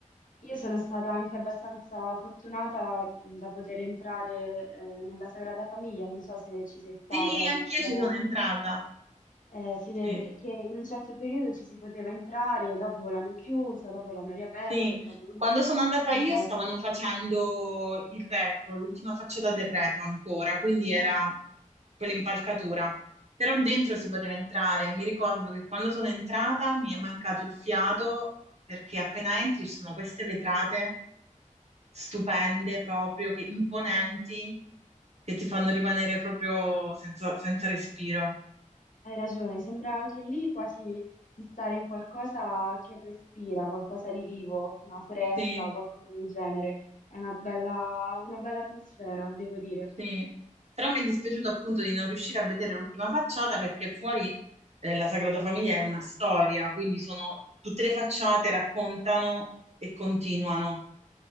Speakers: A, on the left (about 75°); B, on the right (about 55°).
A: Io sono stata anche abbastanza fortunata mh, da poter entrare eh, nella Sagrada Famiglia, non so se ci sei stata,
B: Sì, anch'io
A: se
B: ci
A: era-
B: sono entrata.
A: eh, si vede
B: Sì,
A: perché in un certo periodo ci si poteva entrare, dopo l'hanno chiusa, dopo l'hanno riaperta,
B: sì.
A: è stato un
B: Quando sono andata
A: disastro.
B: io stavano facendo il retro, l'ultima facciata del retro ancora, quindi era
A: Ah,
B: quell'impalcatura. Però dentro
A: sì,
B: si poteva entrare. Mi ricordo che quando sono entrata mi è mancato il fiato perché appena entri ci sono queste vetrate
A: sì.
B: stupende
A: sì.
B: proprio, che, imponenti, che ti fanno rimanere proprio senza, senza respiro.
A: Hai ragione, sembra anche lì quasi di stare in qualcosa che respira, qualcosa di vivo, una foresta,
B: Sì,
A: qualcosa del genere. È una bella, una bella atmosfera, devo dire.
B: sì. Però mi è dispiaciuto appunto di non riuscire a vedere l'ultima facciata perché fuori eh, la Sagrada Famiglia è una storia, quindi sono tutte le facciate
A: Sì,
B: raccontano e continuano.